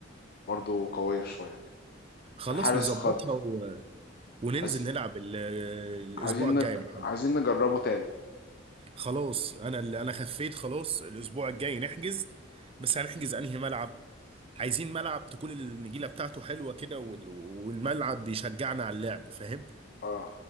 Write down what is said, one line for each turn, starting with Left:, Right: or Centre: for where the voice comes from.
Left: برضه قوية شوية كده
Right: خلاص
Left: الحارس
Right: نظبطها
Left: اتخض
Right: وننزل
Left: عايز...
Right: نلعب ال- الاسبوع
Left: عايزين
Right: الجاي
Left: نج...
Right: يا محمد
Left: عايزين نجربه تاني
Right: خلاص انا اللي انا خفيت خلاص الاسبوع الجاي نحجز بس هنحجز انهي ملعب عايزين ملعب تكون النجيله بتاعته حلوه كده وال- والملعب بيشجعنا على اللعب فاهم
Left: اه